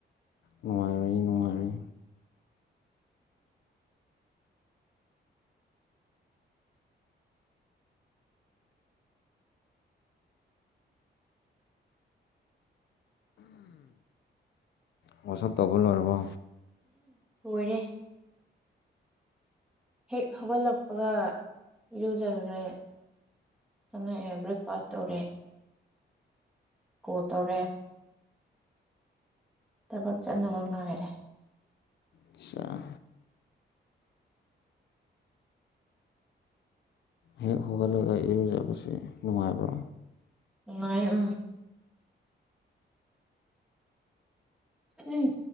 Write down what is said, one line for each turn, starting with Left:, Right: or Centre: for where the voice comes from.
Left: ꯅꯨꯡꯉꯥꯏꯔꯤ ꯅꯨꯡꯉꯥꯏꯔꯤ ꯥꯋꯥꯁꯞ ꯇꯧꯕ ꯂꯣꯏꯔꯕꯣ
Centre: ꯂꯣꯏꯔꯦ ꯍꯦꯛ ꯍꯧꯒꯠꯂꯛꯄꯒ ꯏꯔꯨꯖꯔꯨꯔꯦ ꯆꯪꯉꯛꯑꯦ ꯕ꯭ꯔꯦꯛꯐꯥꯁ ꯇꯧꯔꯦ ꯀꯣꯜ ꯇꯧꯔꯦ ꯊꯥꯕꯛ ꯆꯠꯅꯕ ꯉꯥꯏꯔꯦ
Left: ꯑꯠꯆꯥꯥ ꯍꯦꯛ ꯍꯧꯒꯠꯂꯒ ꯢꯔꯨ ꯂꯨꯖꯕꯁꯦ ꯅꯨꯡꯉꯥꯏꯕ꯭ꯔꯣ
Centre: ꯅꯨꯡꯉꯥꯢꯌꯦ ꯎꯝ ꯎꯝ